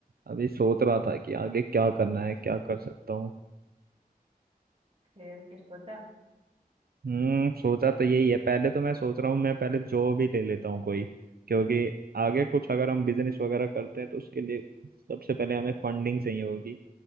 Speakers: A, on the right; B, on the right.
A: अभी सोच रहा था कि आगे क्या करना है क्या कर सकता हूँ
B: फिर कुछ सोचा
A: हम्म सोचा तो यही है पहले तो मैं सोच रहा हूँ मैं पहले जॉब ही ले लेता हूँ कोई क्योंकि आगे कुछ अगर हम बिजनेस वगैरह करते हैं तो उसके लिए सबसे पहले हमें फंडिंग चाहिए होगी